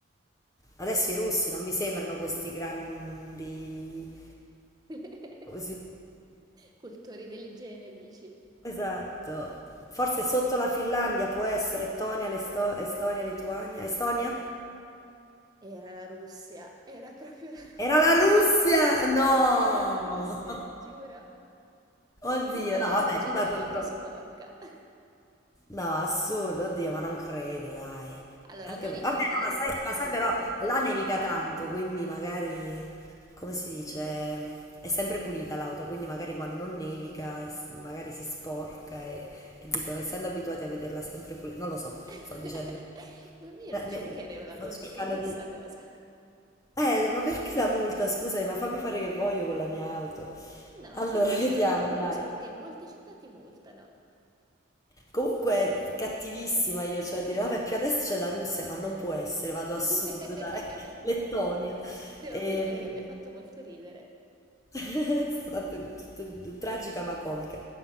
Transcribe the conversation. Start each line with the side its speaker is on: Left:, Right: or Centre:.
Left: Adesso i russi non mi sembrano questi grandi...
Right: <laughs>
Left: Come si dice?
Right: Cultori dell'igiene, dici?
Left: Esatto. Forse sotto la Finlandia può essere Estonia, l'Esto- Estonia, Lituania. Estonia?
Right: Era la Russia, era proprio la Russia.
Left: Era la Russia! No!
Right: <laughs> Era la Russia, ti giuro. Ti
Left: Oddio,
Right: multano
Left: no, vabbè,
Right: se giri
Left: nulla
Right: con
Left: contro...
Right: l'auto sporca. <laughs>
Left: No, assurdo, oddio, ma non credo, dai.
Right: Allora,
Left: Anche...
Right: non
Left: Vabbè,
Right: in
Left: no,
Right: tutte le
Left: ma
Right: città,
Left: sai, ma sai
Right: sicuramente.
Left: però, là nevica tanto, quindi magari, come si dice, è sempre pulita l'auto, quindi magari quando non nevica, eh, s- magari si sporca e, e dicono, essendo abituati a vederla sempre pulita, non lo so,
Right: <laughs>
Left: sto dicendo...
Right: Non- Io
Left: Beh,
Right: non cercherei
Left: me-
Right: una logica
Left: Sto cercando
Right: in questa
Left: di...
Right: cosa.
Left: Eh, ma perché la multa? Scusami, ma fammi fare che voglio con la mia auto.
Right: No,
Left: Allora,
Right: se giri
Left: <laughs> vediamo,
Right: con un'auto troppo
Left: dai.
Right: sporca in molte città ti multano.
Left: Comunque, cattivissima io, cioè a dire, vabbè, più adesso c'è la Russia, ma non può essere, vado
Right: <laughs>
Left: a sud, dai, <laughs> Lettonia.
Right: Devo
Left: Ehm,
Right: ammettere che mi ha fatto molto ridere.
Left: <laughs> È stata t- t- t- tragica ma comica.